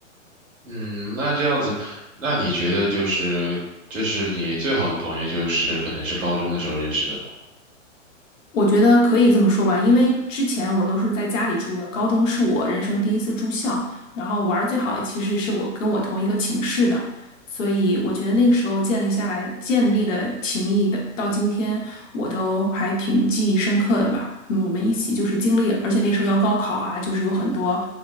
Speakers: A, on the right; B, on the left.
A: 嗯，那这样子，那你觉得就是这是你最好的朋友，就是可能是高中的时候认识的吗？
B: 我觉得可以这么说吧，因为之前我都是在家里住的，高中是我人生第一次住校，然后玩儿最好的其实是我跟我同一个寝室的，所以我觉得那个时候建立下来建立的情谊的，到今天我都还挺记忆深刻的吧。嗯，我们一起就是经历，而且那时候要高考啊，就是有很多